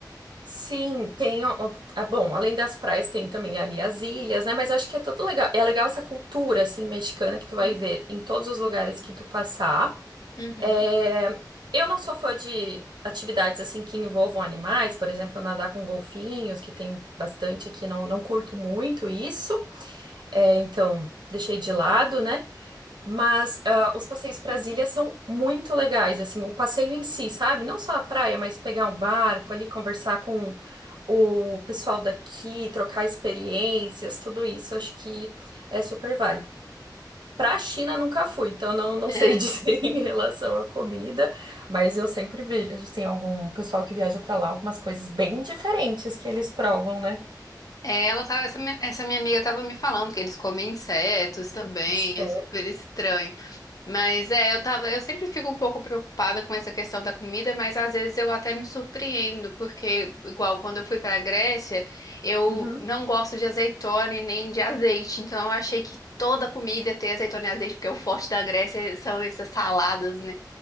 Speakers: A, on the right (about 80°); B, on the left (about 50°).
A: Sim, tem. o- o- Ah, bom, além das praias, tem também ali as ilhas, né? Mas eu acho que é tudo legal. É legal essa cultura, assim, mexicana
B: Uhum.
A: que tu vai ver em todos os lugares que tu passar.
B: Uhum.
A: É, Eu não sou fã de atividades, assim, que envolvam animais, por exemplo, nadar com golfinhos, que tem bastante aqui, não, não curto muito isso. É, então, deixei de lado, né? Mas ah, os passeios para as ilhas são muito legais, assim, o passeio em si, sabe? Não só a praia, mas pegar um barco ali, conversar com o pessoal daqui, trocar experiências, tudo isso, acho que é super válido. Para a China nunca fui, então não, não
B: <laughs>
A: sei <laughs> dizer em relação à comida, mas eu sempre vejo, assim, algum pessoal que viaja para lá, algumas coisas bem diferentes que eles provam, né?
B: É, Ela tava, essa minha, essa minha amiga tava me falando que eles comem insetos também,
A: Certo.
B: é super estranho. Mas é, eu tava, eu sempre fico um pouco preocupada com essa questão da comida, mas às vezes eu até me surpreendo, porque igual quando eu fui para a Grécia, eu
A: Uhum.
B: não gosto de azeitona e nem de azeite, então eu achei que toda comida tem azeitona e azeite, porque o forte da Grécia são essas saladas, né,